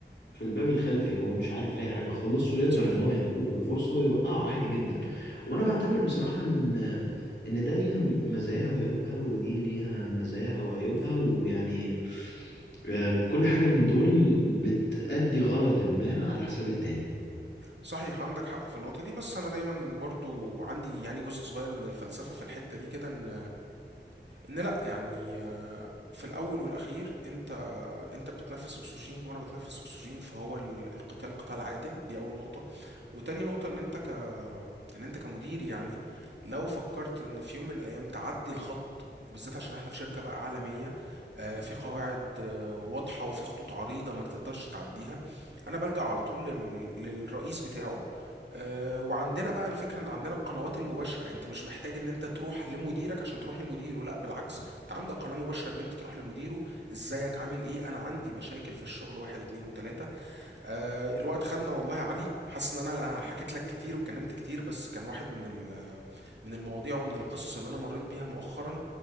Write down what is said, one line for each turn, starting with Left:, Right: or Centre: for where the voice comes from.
Left: في الباب الخلفي هو مش عارف اي حاجة خالص ويقدر
Right: صحيح،
Left: ان هو ينتهز الفرصة ويوقعه عادي جدا وانا بعتبر بصراحة ان ان ده ليها مزاياها وعيوبها ودي ليها مزاياها وعيوبها ويعني آه، كل حاجة من دول بتأدي غرض ما على حساب التاني
Right: صحيح عندك حق في النقطة دي، بس أنا دايمًا برضه عندي يعني جزء صغير من الفلسفة في الحتة دي كده إن إن لأ، يعني في الأول والأخير أنت انت بتتنفس اكسجين وانا بتنفس اكسجين فهو ال- القتال قتال عادل دي اول نقطة وتاني نقطة ان انت ك ان انت كمدير يعني لو فكرت ان في يوم من الايام تعدي الخط وبالذات عشان احنا في شركة بقى عالمية آه، في قواعد آه، واضحة وفي خطوط عريضة ما تقدرش تعديها انا بلجأ على طول لل... للرئيس بتاعه آه، وعندنا بقى الفكرة ان عندنا القنوات المباشرة انت مش محتاج ان انت تروح لمديرك عشان تروح لمديره لا بالعكس انت عندك قناة مباشرة ان انت تروح لمديره ازيك عامل ايه انا عندي مشاكل في الشغل واحد اتنين وتلاتة آه الوقت خدنا والله يا علي حاسس ان انا حكيت لك كتير واتكلمت كتير بس كان واحد من ال- من المواضيع ومن القصص اللي انا مريت بيها مؤخرا